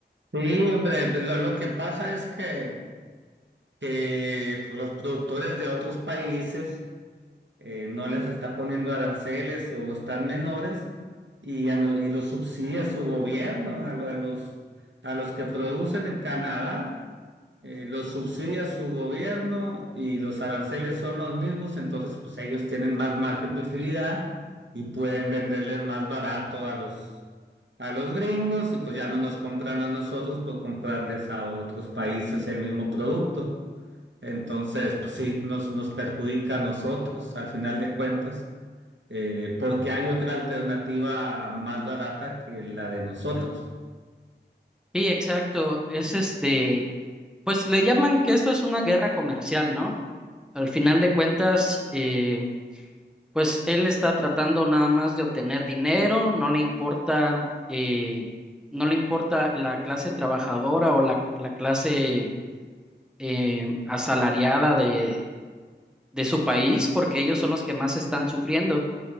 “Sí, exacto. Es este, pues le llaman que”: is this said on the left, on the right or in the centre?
Centre